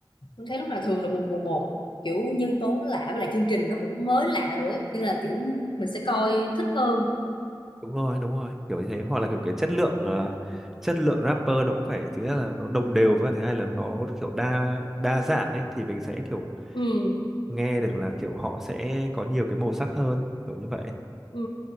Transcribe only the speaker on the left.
mình thấy lúc nào thường là một mùa một kiểu nhân tố nó lạ với lại chương trình nó cũng mới lạ nữa nên là kiểu mình sẽ coi thích hơn.
Ừ,
ừ,